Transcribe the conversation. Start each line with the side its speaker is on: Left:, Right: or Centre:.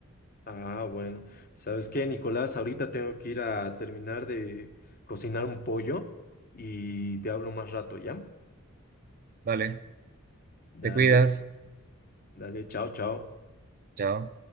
Left: ah, bueno. ¿Sabes qué, Nicolás? Ahorita tengo que ir a terminar de cocinar un pollo y te hablo más rato, ¿ya?
Right: Vale,
Left: Dale,
Right: te cuidas,
Left: dale, chao, chao.
Right: chao.